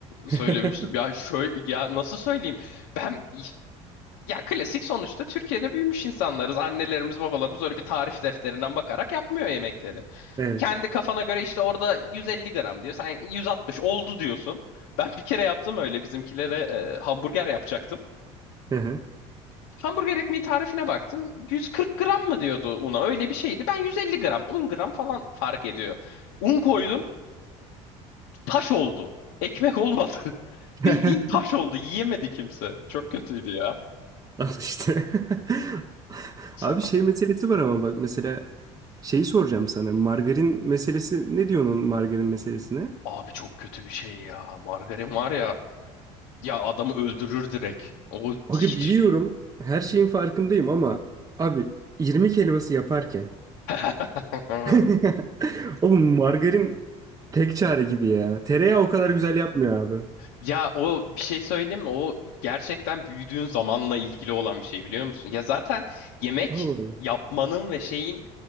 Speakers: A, on the right (about 25°); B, on the left (about 80°).
A: <laughs>
B: söylemiştim. Ya şöyle ya nasıl söyleyeyim? Ben ya klasik sonuçta Türkiye'de büyümüş insanlarız. Annelerimiz, babalarımız öyle bir tarif defterinden bakarak yapmıyor yemekleri.
A: Evet.
B: Kendi kafana göre işte orada 150 gram diyor. Sen 160 oldu diyorsun. Ben bir kere yaptım öyle bizimkilere e, hamburger yapacaktım.
A: Hı hı.
B: Hamburger ekmeği tarifine baktım. 140 gram mı diyordu una? Öyle bir şeydi. Ben 150 gram, 10 gram falan fark ediyor. Un koydum, taş oldu. Ekmek olmadı. <laughs>
A: <laughs>
B: Bildiğin taş oldu. Yiyemedi kimse. Çok kötüydü ya.
A: Al işte. <laughs>
B: Sa-
A: Abi şey meselesi var ama bak mesela şeyi soracağım sana. Margarin meselesi ne diyorsun onun margarin meselesine?
B: Abi çok kötü bir şey ya. Margarin var ya. Ya adamı öldürür direkt. O
A: Abi
B: hiç...
A: biliyorum her şeyin farkındayım ama abi irmik helvası yaparken
B: <laughs>
A: <laughs> oğlum margarin tek çare gibi ya. Tereyağı o kadar güzel yapmıyor abi.
B: Ya o bir şey söyleyeyim mi? O gerçekten büyüdüğün zamanla ilgili olan bir şey biliyor musun? Ya zaten yemek
A: Allah.
B: yapmanın ve şeyin